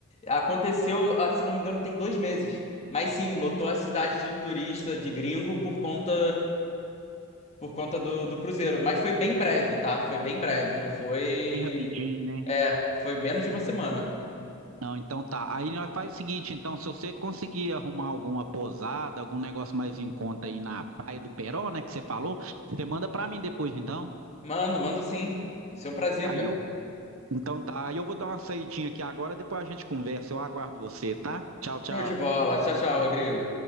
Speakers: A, on the left; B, on the right.
A: Aconteceu, ah, se não me engano, tem dois meses. Mas sim, lotou a cidade de turista, de gringo, por conta por conta do, do Cruzeiro. Mas foi bem breve, tá? Foi bem breve, não foi.
B: Bem rapidinho, né?
A: É, foi menos de uma semana.
B: Não, então tá. Aí nós faz o seguinte, então, se você conseguir arrumar alguma pousada, algum negócio mais em conta aí na Praia do Peró, né, que você falou, você manda pra mim depois, então.
A: Mando, mando sim. Vai ser um prazer,
B: Aí
A: cara.
B: eu, então tá. Aí eu vou dar uma saidinha aqui agora, depois a gente conversa. Eu aguardo você, tá? Tchau, tchau.
A: Show de bola. Tchau, tchau, Rodrigo.